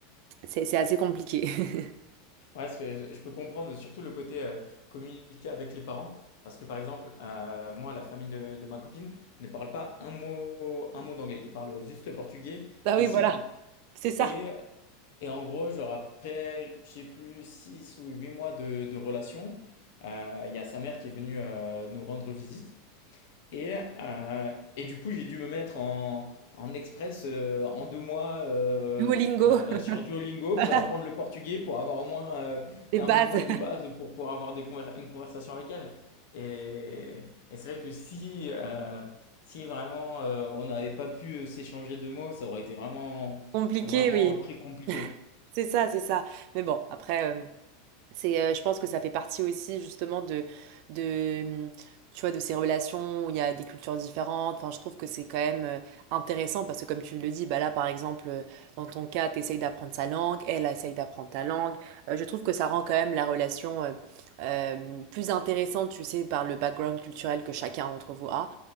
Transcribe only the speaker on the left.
Ouais, c'est- je peux comprendre surtout le côté euh, communiquer avec les parents. Parce que par exemple, euh, moi, la famille de, de ma copine ne parle pas un mot, un mot d'anglais. Ils parlent juste le portugais
et
c'est
tout.
Et, et en gros, genre après, je sais plus, 6 ou 8 mois de, de relation, euh, il y a sa mère qui est venue euh, nous rendre visite. Et, euh, et du coup, j'ai dû me mettre en, en express euh, en deux mois euh,
euh, sur Duolingo
pour apprendre le portugais, pour avoir au moins euh,
un
minimum de base, pour pouvoir avoir des conver- une conversation avec elle. Et, et c'est vrai que si, euh, si vraiment euh, on n'avait pas pu euh, s'échanger de mots, ça aurait été vraiment,
vraiment
très compliqué.